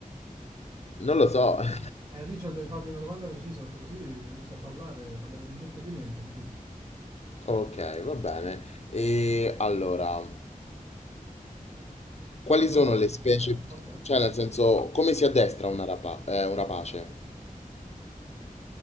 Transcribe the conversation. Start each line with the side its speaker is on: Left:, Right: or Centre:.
Left: Non
Right: De-
Left: lo so. <laughs>
Right: Eh, Richard, devi farmi una domanda precisa perché così inizio a parlare, parliamo di tutto e di niente, capito?
Left: Ok, va bene. E allora, quali
Right: Quello che
Left: sono
Right: vuoi.
Left: le specie?
Right: Ah, ok, ok,
Left: Cioè, nel
Right: ok.
Left: senso, come si addestra una rapa- eh, un rapace?